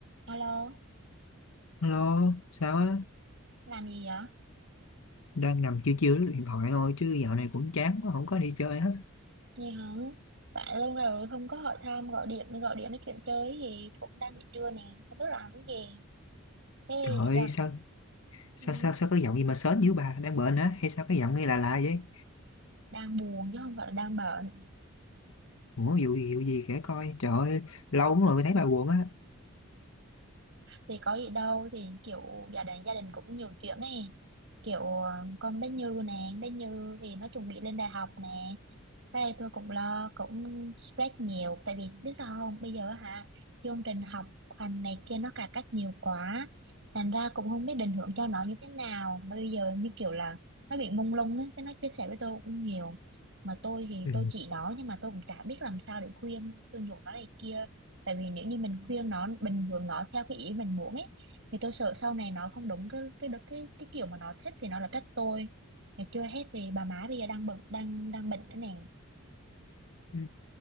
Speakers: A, on the right (about 55°); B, on the left (about 70°).
A: Alo,
B: Hello, sao á?
A: làm gì vậy?
B: Đang nằm chiêu chiêu lướt điện thoại thôi chứ dạo này cũng chán quá, không có đi chơi hết.
A: Gì không? Tại lâu rồi không có hỏi thăm, gọi điện gọi điện nói chuyện chơi thì cũng đang nghỉ trưa nè, không biết làm cái gì. Thế
B: Trời ơi,
A: giờ
B: sao sao
A: ừ,
B: sao sao có giọng gì mà sến dữ bà, đang bệnh á hay sao cái giọng nghe là lạ lạ vậy?
A: đang buồn chứ không phải là đang bệnh.
B: Ủa vụ gì vụ gì kể coi. Trời ơi, lâu lắm rồi mới thấy bà buồn á.
A: Thì có gì đâu, thì kiểu gia đình gia đình cũng nhiều chuyện này. Kiểu ờ, con bé Như nè, bé Như thì nó chuẩn bị lên đại học nè, Đây tôi cũng lo cũng stress nhiều tại vì biết sao không bây giờ hả chương trình học hành này kia nó cải cách nhiều quá thành ra cũng không biết định hướng cho nó như thế nào mà bây giờ như kiểu là nó bị mông lung ấy, cái nó chia sẻ với tôi cũng nhiều mà tôi thì
B: Ừ.
A: tôi chỉ nó nhưng mà tôi cũng chả biết làm sao để khuyên khuyên nhủ nó này kia tại vì nếu như mình khuyên nó bình thường nó theo cái ý mình muốn ấy thì tôi sợ sau này nó không đúng cái cái cái cái cái kiểu mà nó thích thì nó là trách tôi Mà chưa hết thì bà má bây giờ đang bận đang đang bệnh nữa nè
B: Ừ.